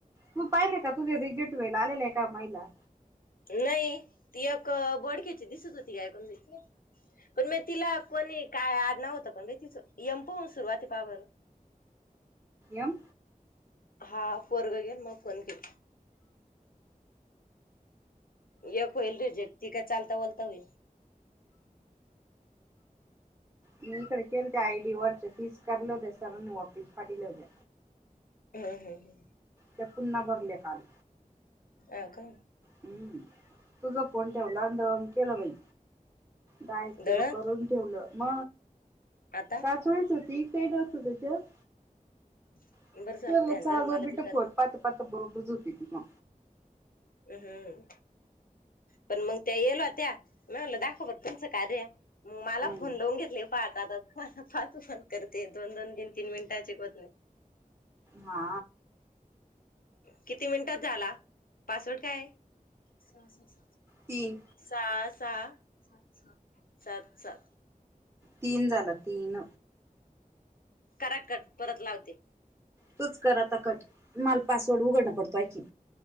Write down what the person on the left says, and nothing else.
नाही ती एक बोडक्याची दिसत होती काय कोण त कोण मे तिला कोणी काय आडनाव होत कोण रे तिच एम पासून सुरुवात पहा बरं.
हा पोरग गेल मग फोन केला. एक होईल रिजेक्ट ती काय चालता बोलता होईन.
हं हं हं.
आ का?
दळण
आता
<inaudible>
ध्यान द्याल मला बी कर
हं. पण मग त्या येला त्या? मला दाखव बरं तुमचं कार्य. मला
फोन लावून घेतली पाहता आता मला पाच फोन करते दोन दोन, तीन, तीन मिनिटाची होत नाही
किती मिनिटात झाला? पासवर्ड काय? सात
सहा सात सात
करा कट परत लावते.